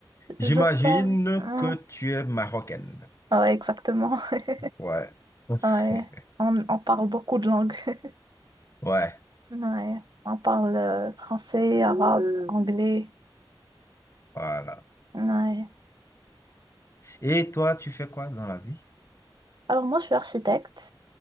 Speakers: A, on the left (about 35°); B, on the right (about 55°).
A: J'imagine
B: je parle. hein.
A: que tu es marocaine.
B: Ouais, exactement. <laughs>
A: Ouais. <laughs>
B: Ouais, on, on parle beaucoup de langues. <laughs>
A: Ouais,
B: Ouais, on parle euh, français, arabe, anglais.
A: voilà.
B: Ouais.
A: Et toi, tu fais quoi dans la vie?
B: Alors, moi, je suis architecte.